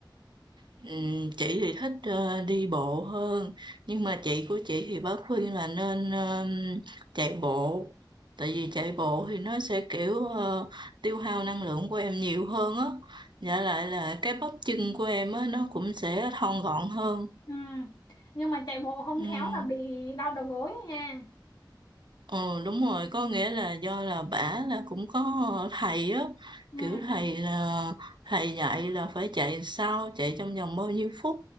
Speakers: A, on the right; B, on the left.
A: Ừm, chị thì thích ờ, đi bộ hơn nhưng mà chị của chị thì bác khuyên là nên ờm, chạy bộ tại vì chạy bộ thì nó sẽ kiểu ờ, tiêu hao năng lượng của em nhiều hơn á Dạ lại là cái bắp chân của em á nó cũng sẽ thon gọn hơn
B: ừ. nhưng mà chạy bộ không
A: Ừm.
B: khéo là bị đau đầu gối nha
A: Ờ đúng rồi, có nghĩa là do là bả là cũng có thầy á,
B: ừ.
A: kiểu thầy là thầy dạy là phải chạy sao, chạy trong vòng bao nhiêu phút,